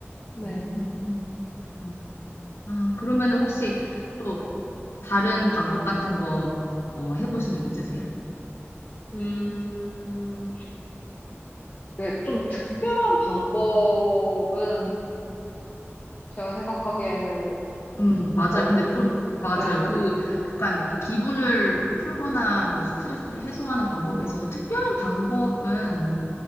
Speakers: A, on the left; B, on the left.
A: 네.
B: 음, 아, 아, 그러면은 혹시 또 다른 방법 같은 거 어, 해보신 적 있으세요?
A: 음, 그게 좀 특별한 방법은 제가 생각하기에는
B: 음, 맞아요.
A: 엄,
B: 근데 좀, 맞아요.
A: 네,
B: 그 약간 기분을 풀거나 뭐 스트레스를 해소하는 방법에 있어서 특별한 방법은